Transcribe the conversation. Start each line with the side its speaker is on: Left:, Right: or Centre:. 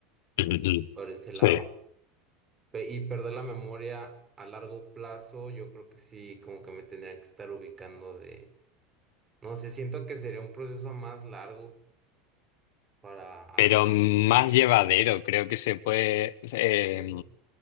Left: Ujú.
Right: por ese lado.
Left: Sí.
Right: Pe- Y perder la memoria a largo plazo, yo creo que sí, como que me tendría que estar ubicando de, no sé, siento que sería un proceso más largo para agarrar
Left: Pero más
Right: la onda.
Left: llevadero, creo que se puede, eh,
Right: Pues sí.